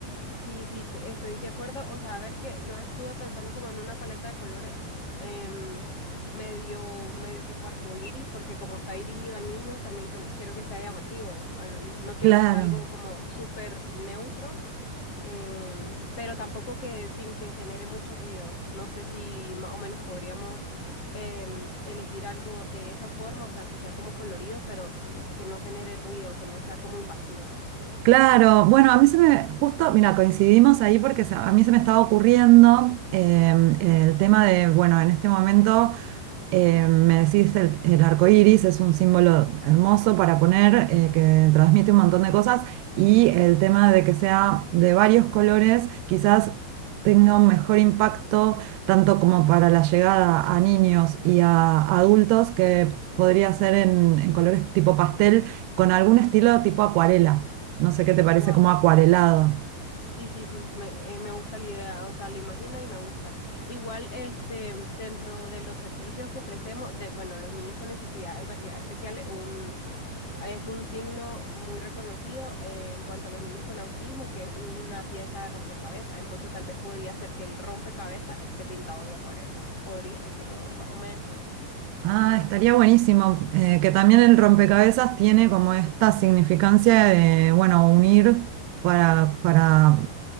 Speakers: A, on the left (about 35°); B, on the right (about 85°).
A: sí, sí, c- estoy de acuerdo. O sea, a ver que yo estuve pensando como en una paleta de colores em, medio, medio tipo arcoíris, porque como está dirigido a niños, también que- quiero que sea llamativo. em, no quiero
B: Claro,
A: que sea algo como súper neutro em, pero tampoco que sin que genere mucho ruido. No sé si más o menos podríamos em, elegir algo de esa forma, o sea, que sea como colorido, pero mm, que no genere ruido, que no sea como invasivo.
B: claro. Bueno, a mí se me, justo, mira, coincidimos ahí porque se- a mí se me estaba ocurriendo em, el tema de, bueno, en este momento Eh, me decís, el, el arco iris es un símbolo hermoso para poner, eh, que transmite un montón de cosas, y el tema de que sea de varios colores, quizás tenga un mejor impacto, tanto como para la llegada a niños y a adultos, que podría ser en, en colores tipo pastel, con algún estilo tipo acuarela. No sé qué te parece
A: Wow.
B: como acuarelado.
A: Sí, sí, sí, me, eh, me gusta la idea, o sea, la imagino y me gusta. Igual, este, dentro de los servicios que ofrecemos, de, bueno, los niños con necesidades educativas especiales, un, es un signo muy reconocido eh, en cuanto a los niños con autismo, que es una pieza de rompecabezas. Entonces, tal vez podría ser que el rompecabezas esté pintado de acuarela. Podría, como más o menos, así.
B: Ah, estaría buenísimo, eh, que también el rompecabezas tiene como esta significancia de, bueno, unir para, para,